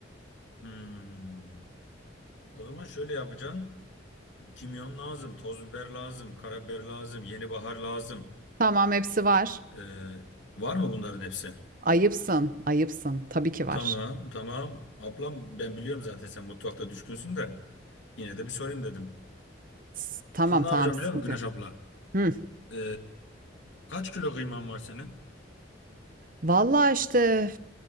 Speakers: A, on the left (about 80°); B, on the right (about 45°).
A: Hmm. O zaman şöyle yapacaksın. Kimyon lazım, toz biber lazım, karabiber lazım, yeni bahar lazım.
B: Tamam hepsi var.
A: E, var mı bunların hepsi?
B: Ayıpsın, ayıpsın. Tabii ki var.
A: Tamam, tamam. Ablam ben biliyorum zaten sen mutfakta düşkünsün de. Yine de bir sorayım dedim.
B: S- Tamam
A: Şimdi ne
B: tamam
A: yapacağım
B: sıkıntı
A: biliyor musun Güneş
B: yok.
A: abla?
B: Hı.
A: E, kaç kilo kıyman var senin?
B: Vallahi işte